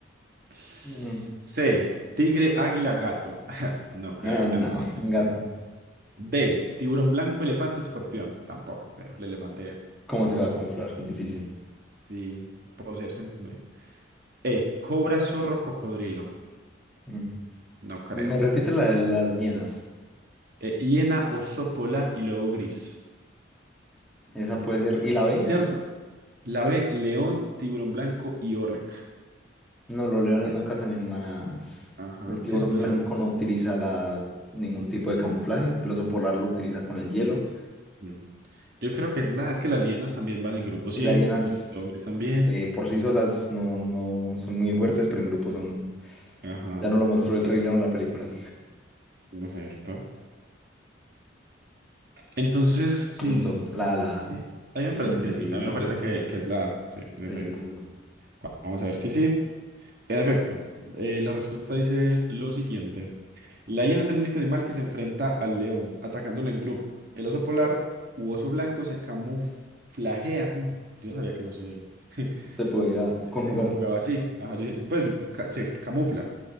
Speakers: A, on the right; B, in the centre.
A: C,
B: Mm.
A: tigre, águila, gato. <laughs> No creo,
B: Ah,
A: ¿cierto?
B: no,
A: Descartada.
B: un gato.
A: D, tiburón blanco, elefante, escorpión. Tampoco creo. El elefante,
B: ¿Cómo se va a camuflar? Difícil.
A: sí, poseer sentidos. E. Cobra, zorro, cocodrilo.
B: Mm.
A: No creo.
B: Me repite la de las llenas.
A: E. Hiena, oso polar y lobo gris.
B: Esa puede ser. ¿Y la B?
A: ¿Cierto? La B. León, tiburón blanco y orca.
B: No, los leones
A: Eh,
B: no cazan en manadas.
A: Ajá,
B: El tiburón
A: cierto,
B: Mm. blanco
A: yo.
B: no utiliza la, ningún tipo de camuflaje. El oso polar lo utiliza con el hielo.
A: mm. Yo creo que es la. Es que las hienas también van en grupo siempre.
B: Y las hienas
A: Los lobos gris también.
B: eh, por sí solas no, no son muy fuertes, pero en grupo son.
A: Ajá,
B: Ya no lo mostró el Rey León en la película.
A: perfecto. Entonces, hmm,
B: Listo, la, la.
A: sí. A mí
B: Sí,
A: me parece que
B: decidido,
A: sí. A mí me parece que, que es la. A. Sí, en
B: decidido.
A: efecto. Vamos a ver. Sí, sí. En efecto. Eh, la respuesta dice lo siguiente. La hiena es el único animal que se enfrenta al león, atacándolo en grupo. El oso polar u oso blanco se camuflajea. Mm, Yo no sabía que eso se, <laughs>
B: Se podía conjugar.
A: se conjugaba así. Ajá, yo- pues yo- ca- se camufla.